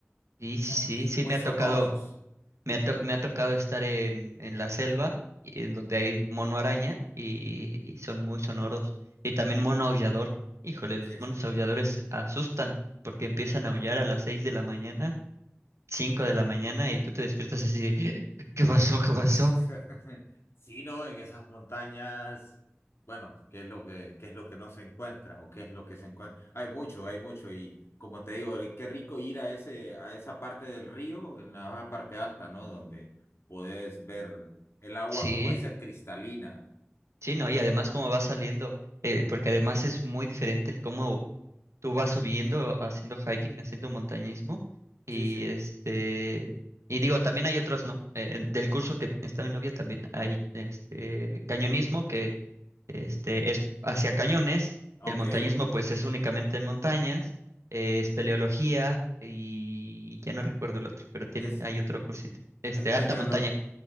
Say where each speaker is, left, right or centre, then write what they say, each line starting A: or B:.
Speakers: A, on the right (about 80°); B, on the left (about 65°).
A: Sí,
B: Son,
A: sí, sí,
B: son
A: sí,
B: muy
A: me
B: sonoros.
A: ha tocado, Me ha, to- me ha tocado estar en, en la selva, y- en donde hay mono araña y, y son muy sonoros. Y también mono aullador. Híjole, los
B: Sí,
A: monos
B: sí.
A: aulladores asustan porque empiezan a aullar a las 6 de la mañana, cinco de la mañana y tú te despiertas así de, <gasps> ¿qué pasó? ¿Qué pasó?
B: <laughs> Sí, no, en esas montañas, bueno, ¿qué es lo que, qué es lo que no se encuentra o qué es lo que se encuentra? Hay mucho, hay mucho y como te digo, qué rico ir a ese, a esa parte del río, en la parte alta, ¿no? Donde podés ver el agua,
A: Sí.
B: como dicen, cristalina.
A: Sí, ¿no?
B: Y
A: Y además
B: ya.
A: cómo va saliendo, eh, porque además es muy diferente el cómo tú vas subiendo, haciendo hiking, haciendo montañismo, y
B: Sí, sí.
A: este, y digo, también hay otros, ¿no? Eh, en- del curso que está mi novia también hay este cañonismo que este es hacia cañones,
B: Ok.
A: el montañismo pues es únicamente en montañas, eh, es espeleología y ya no recuerdo el otro, pero tiene,
B: ¿Es
A: hay otro cursito, este,
B: espeleolo-
A: alta montaña.